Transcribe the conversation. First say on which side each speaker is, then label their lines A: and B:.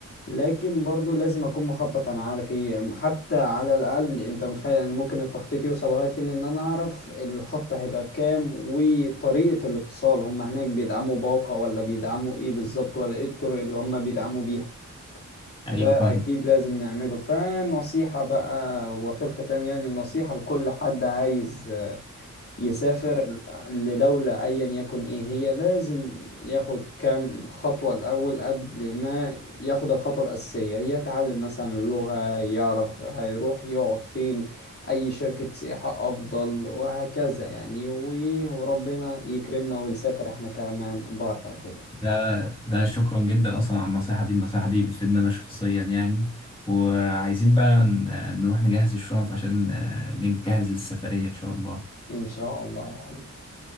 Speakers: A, on the left; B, on the left.
A: لكن برضو لازم اكون مخطط انا عارف ايه حتى على الاقل انت متخيل يعني ممكن التخطيط يوصل لغاية فين ان انا اعرف الخط هيبقى بكام وطريقة الاتصال هم هناك بيدعموا باقة ولا بيدعموا ايه بالظبط ولا ايه الطرق اللي هم بيدعموا بيها ده
B: ايوه
A: اكيد
B: فاهمه
A: لازم نعمله فنصيحة بقى وفي الختام يعني نصيحة لكل حد عايز يسافر لدولة أيا يكن إيه هي لازم ياخد كام خطوة الأول قبل ما ياخد الخطوة الأساسية يتعلم مثلا اللغة يعرف هيروح يقعد فين أي شركة سياحة أفضل وهكذا يعني وإيه وربنا يكرمنا ونسافر إحنا كمان برا كده
B: ده ده شكرا جدا اصلا على النصيحه دي النصيحه دي بتفيدني انا شخصيا يعني وعايزين بقى ن- نروح نجهز الشنط عشان آه، نجهز للسفريه ان شاء الله
A: إن شاء الله يا حبيبي